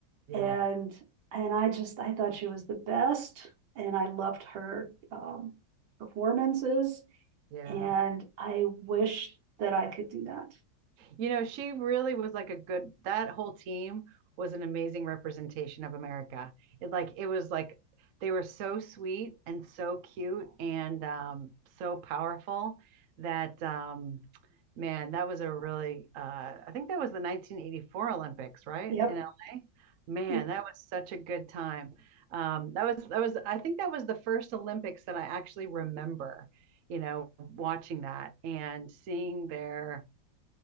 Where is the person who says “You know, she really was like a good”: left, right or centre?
Right